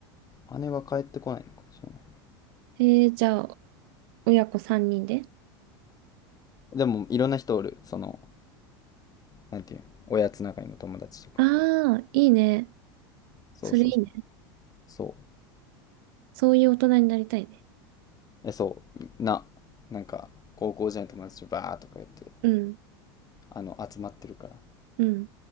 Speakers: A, on the left; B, on the right.
A: な。姉は帰ってこないのかもしれない。
B: えー、じゃあ、親子3人で
A: でもいろんな人おる。その、なんていうおやつ仲いいの友達とか。
B: ああいいね。
A: そうそうそう。
B: それいいね。
A: そ
B: そういう大人になりたいね。
A: う。え、そう。な、なんか、高校時代の友達とバーッとかやって、
B: うん。
A: あの、集まってるから。
B: うん。